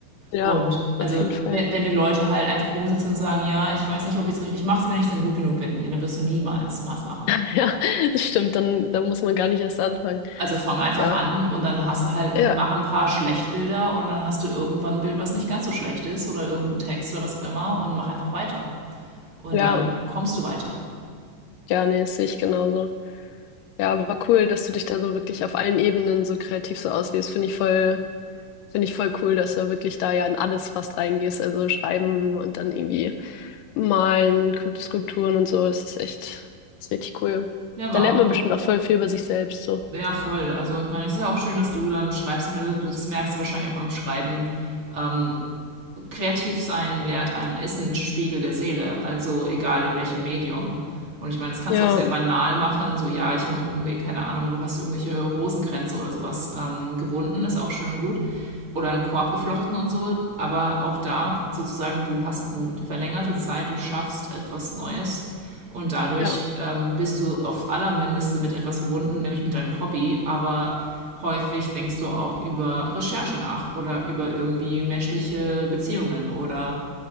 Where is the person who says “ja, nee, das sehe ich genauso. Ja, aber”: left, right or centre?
Left